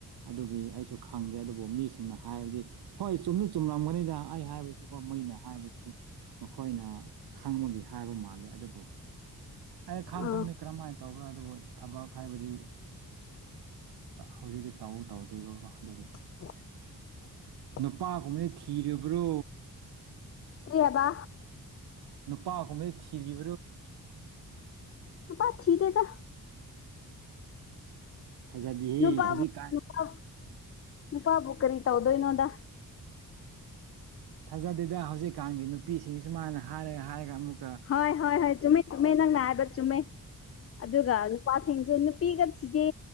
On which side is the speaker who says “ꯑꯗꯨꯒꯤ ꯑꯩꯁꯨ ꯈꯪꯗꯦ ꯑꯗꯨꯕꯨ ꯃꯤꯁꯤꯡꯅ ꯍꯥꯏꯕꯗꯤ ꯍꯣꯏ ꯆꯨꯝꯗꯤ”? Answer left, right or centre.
Right